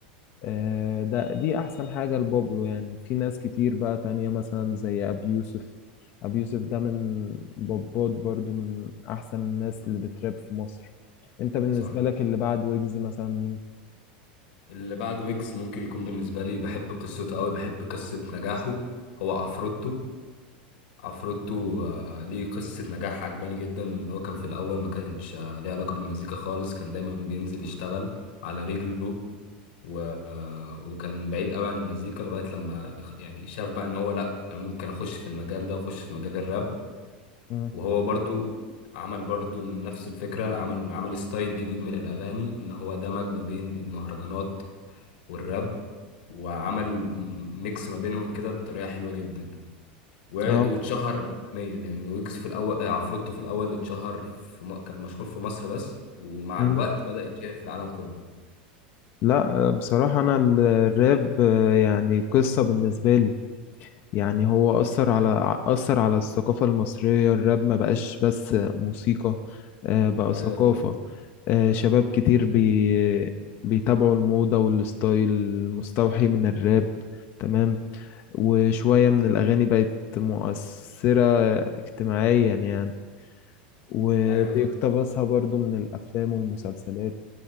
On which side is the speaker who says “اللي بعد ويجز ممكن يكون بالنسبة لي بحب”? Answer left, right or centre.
Left